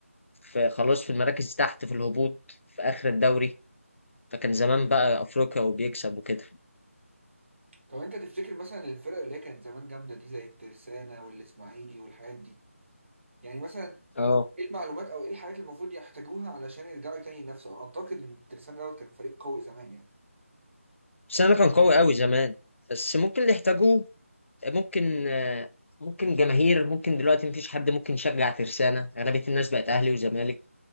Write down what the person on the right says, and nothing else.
طب انت تفتكر مثلا الفرق اللي هي كانت زمان جامدة دي زي الترسانة والاسماعيلي والحاجات دي يعني مثلا
ايه المعلومات او ايه الحاجات اللي المفروض يحتاجوها علشان يرجعوا تاني ينافسوا؟ اعتقد ان الترسانة دوت كان فريق قوي زمان يعني